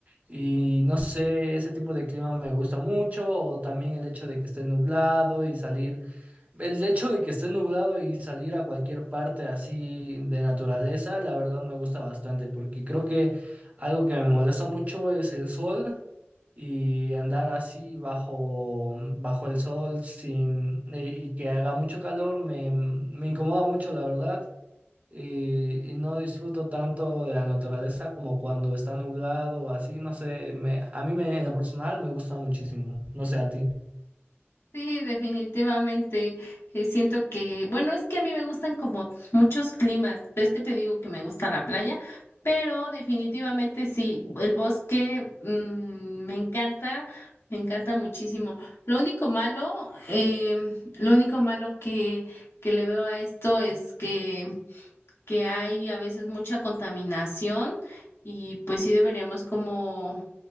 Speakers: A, on the right (about 35°); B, on the left (about 65°).
A: Y no sé, ese tipo de clima me gusta mucho, o también el hecho de que esté nublado y salir, el hecho de que esté nublado y salir a cualquier parte así de naturaleza, la verdad me gusta bastante, porque creo que algo que me molesta mucho es el sol y andar así bajo, bajo el sol sin, y, y que haga mucho calor me, me incomoda mucho, la verdad, y, y no disfruto tanto de la naturaleza como cuando está nublado o así, no sé, me, a mí me, en lo personal me gusta muchísimo, no sé a ti.
B: Sí, definitivamente. eh, siento que, bueno, es que a mí me gustan como muchos climas. Ves que te digo que me gusta la playa, pero definitivamente sí, el bosque mm, me encanta, me encanta muchísimo. Lo único malo, em, lo único malo que, que le veo a esto es que, que hay a veces mucha contaminación y pues sí deberíamos como